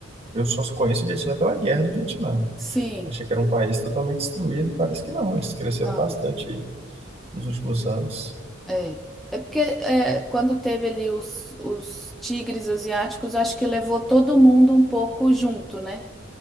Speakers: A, on the right; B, in the centre.
A: eu só conheço o Vietnã pela guerra do Vietnã, né?
B: sim.
A: Achei que era um país totalmente destruído e parece que não. Eles cresceram
B: Não,
A: bastante aí nos últimos anos.
B: é. É porque é, quando teve ali os, os tigres asiáticos, acho que levou todo mundo um pouco junto, né?